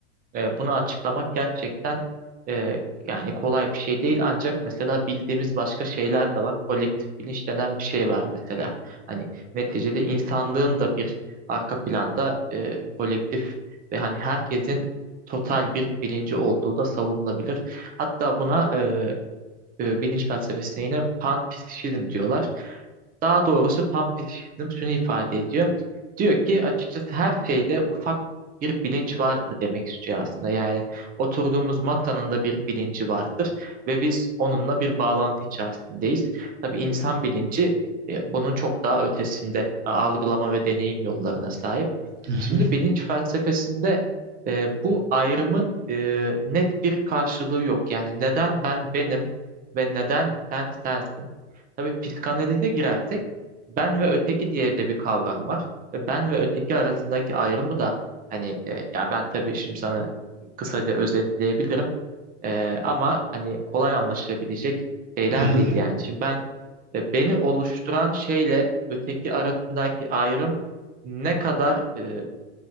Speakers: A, on the right; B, on the right.
A: e, bunu açıklamak gerçekten e, yani kolay bir şey değil ancak mesela bildiğimiz başka şeyler de var. Kolektif bilinç denen bir şey var mesela. Hani neticede insanlığın da bir arka planda e, kolektif ve hani herkesin total bir bilinci olduğu da savunulabilir. Hatta buna e, e, bilinç felsefesine yine panpsişizm diyorlar. Daha doğrusu panpsişizm şunu ifade ediyor. Diyor ki açıkçası her şeyde ufak bir bilinç vardır demek istiyor aslında. Yani oturduğumuz masanın da bir bilinci vardır ve biz onunla bir bağlantı içerisindeyiz. Tabii insan bilinci e, bunun çok daha ötesinde a- algılama ve deneyim yollarına sahip.
B: hı
A: Şimdi
B: hı,
A: bilinç felsefesinde e, bu ayrımın e, net bir karşılığı yok. Yani neden ben benim ve neden sen sensin? Tabii psikanalize girersek ben ve öteki diye de bir kavram var. Ve ben ve öteki arasındaki ayrımı da hani e, ya ben tabii şimdi sana kısaca özetleyebilirim. E, ama hani kolay anlaşılabilecek şeyler
B: hı hı,
A: değil yani. Şimdi ben e, beni oluşturan şeyle öteki arasındaki ayrım ne kadar e,